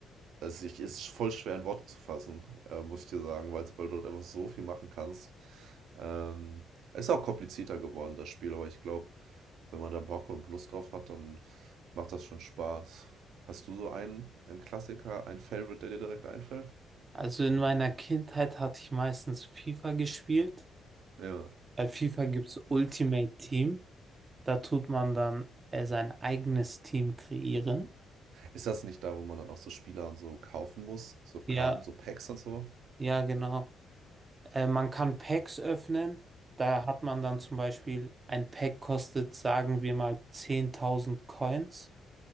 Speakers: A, on the right; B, on the right.
A: also ich, es ist voll schwer in Worte zu fassen, äh, muss ich dir sagen, weil, weil du dort einfach so viel machen kannst. Ähm, es ist auch komplizierter geworden, das Spiel, aber ich glaube, wenn man da Bock und Lust drauf hat, dann macht das schon Spaß. Hast du so einen, einen Klassiker, einen Favorite, der dir direkt einfällt?
B: Also in meiner Kindheit hatte ich meistens FIFA gespielt.
A: Ja.
B: Bei FIFA gibt es Ultimate Team. Da tut man dann äh, sein eigenes Team kreieren.
A: Ist das nicht da, wo man dann auch so Spieler und so kaufen muss? So Karten,
B: Ja,
A: so Packs und so?
B: ja, genau. Äh, man kann Packs öffnen. Da hat man dann zum Beispiel, ein Pack kostet, sagen wir mal, 10.000 Coins.